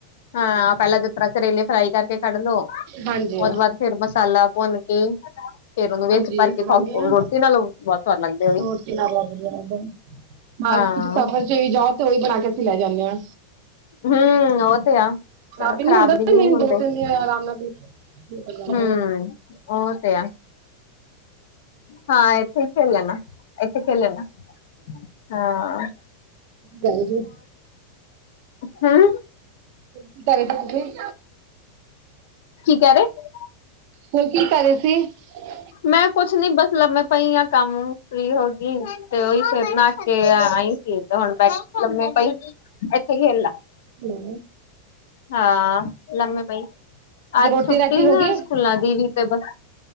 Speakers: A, on the left; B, on the right.
A: ਹਾਂ ਪਹਿਲਾਂ ਜਿਸ ਤਰ੍ਹਾਂ ਕਰੇਲੇ ਫਰਾਈ ਕਰਕੇ ਕੱਢ ਲੋੋ ਉਹ
B: ਹਾਂਜੀ
A: ਤੋਂ ਬਾਅਦ ਫਿਰ ਮਸਾਲਾ ਭੁੰਨ ਕੇ ਫੇਰ ਉਹਨੂੰ ਵਿੱਚ
B: ਹਾਂਜੀ
A: ਭਰ ਕੇ
B: ਬਨਾਉਦੇ
A: ਖਾਓ
B: ਹਾਂ
A: ਰੋਟੀ ਨਾਲ ਬਹੁਤ ਸਵਾਦ ਲੱਗਦੇ ਉਹ ਵੀ
B: ਰੋਟੀ ਨਾਲ ਲੱਗਦੀ। ਮ
A: ਹਾਂ
B: ਸਫ਼ਰ ਚ ਵੀ ਜਾਓ ਤੇ ਉਹੀ ਬਣਾ ਕੇ ਅਸੀਂ ਲੈ ਜਾਂਦੇ ਹਾਂ।
A: ਹਮ ਉਹ ਤੇ ਆ।
B: ਖਰਾਬ
A: ਚ
B: ਵੀ
A: ਖ਼ਰਾਬ
B: ਨੀ ਹੁੰਦਾ
A: ਦੀ
B: ਨਾ
A: ਵੀ
B: ਮੇਨ
A: ਨਹੀਂ ਹੁੰਦੇ
B: ਦੋ ਤਿੰਨ ਦਿਨ ਆਰਾਮ ਨਾਲ ਨਿਕਲ ਜਾਂਦਾ
A: ਹਮ ਉਹ ਤੇ ਆ। ਹਾਂ ਇਥੇ ਹੀ ਖੇਲ ਨਾ ਇਥੇ ਖੇਲ ਨਾ। ਹਾਂ।
B: ਗੱਲ ਜਾ।
A: ਹਮ।
B: ਕੀ ਕਰ ਤੁਸੀਂ।
A: ਕੀ ਕਹਿ ਰਹੇ
B: ਹੋਰ ਕੀ ਕਰ ਰਹੇ ਸੀ।
A: ਮੈਂ ਕੁਛ ਨੀ ਬਸ ਲਮੇ ਪਾਈ ਆ ਕੰਮ ਫਰੀ ਹੋ ਗਈ ਤੇ ਉਹੀ ਸੇਤ ਬਣਾ ਕੇ ਆ। ਹੀ ਸੀ ਤੇ ਹੁਣ ਬੈਠ ਲਮੇ ਪਈ ਇੱਥੇ ਖੇਲ ਲਾ।
B: ਹੈਲੋ
A: ਹਾਂ ਲੰਮੇ ਪਾਈ। ਅੱਜ
B: ਰੋਟੀ
A: ਛੁੱਟੀ
B: ਰਾਟੀ ਹੋ
A: ਨਾ
B: ਗਈ
A: ਸਕੂਲਾਂ ਦੀ ਵੀ ਤੇ ਬਸ।